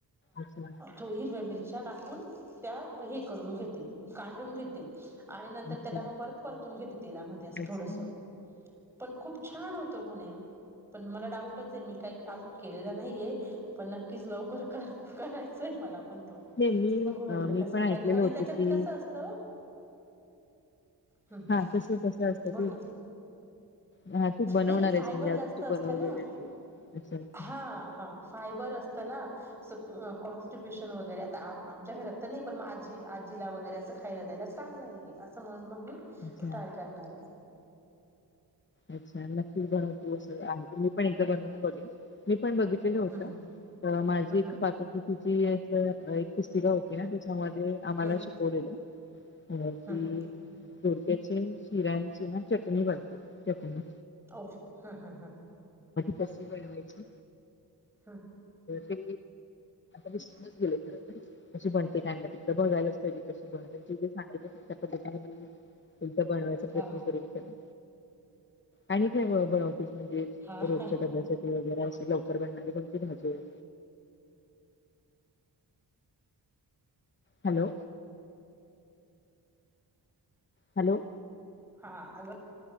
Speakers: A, on the left (about 30°); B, in the centre.
A: अच्छा.
B: थोड्या हिरव्या मिरच्या टाकून. त्या हे करून घेते कांडून घेते. आणि नंतर
A: अच्छा
B: त्याला मग परत परतून घेते तेलामध्ये असं
A: अच्छा
B: थोडस. पण खूप छान होतो म्हणे. पण मला डाऊटच आहे मी काही अजून केलेलं नाहीये पण नक्कीच लवकर करायचंय मला. त
A: नाही मी
B: बघू म्हटल
A: अ, मी
B: कसा
A: पण
B: कारण
A: ऐकलेलं
B: आणि
A: होतं
B: त्याच्यात
A: की
B: कसं असत. हम् हम्म
A: हा कसं कसं असतं
B: बोल
A: की
B: ना.
A: हा तू बनवणार
B: नाही नाही
A: आहेस
B: फायबर
A: म्हणजे अजून
B: जास्त
A: तू
B: असत
A: बनवलेलं
B: ना
A: नाही अच्छा अच्छा
B: हा हा फायबर असत. असं ना कॉन्स्टिप्सियन वगैरे आमच्या घरात. नाही पण मग आजी आजीला वगैरे असं खायला जा्यायला चांगलं आहे असं म्हण मग मी.
A: अच्छा
B: ट्राय करणार आहे.
A: अच्छा नक्कीच बनव तू असं आहे मी पण एकदा बनवून बघेन. मी पण बघितलं होतं
B: हम्म
A: माझी
B: हम्म
A: एक पाककृती ती एक पुस्तिका होती ना. मध्ये आम्हाला
B: हम्म
A: शिकवलेलं की.
B: हम्म
A: दोडक्यांच्या शिऱ्यांची ना चटणी बनते चटणी बनवते चटणी.
B: ओ हम हम हम..
A: कस बनवायची?
B: हां
A: ते विसरून गेले खर कशी बनते काय बनते त बघयलाच पाहिजे कशी मी जे सांगितलं त्याच्या पद्धतीने. तुमचा बनवायचा प्रयत्न
B: हां हां
A: करून आणि काय बन. म्हणजे
B: हां हां
A: रोज
B: हां
A: डब्या. वगैरे असे लवकर बनणारी कोणती भाजी आहे. हॅलो! हॅलो
B: हा, अगं.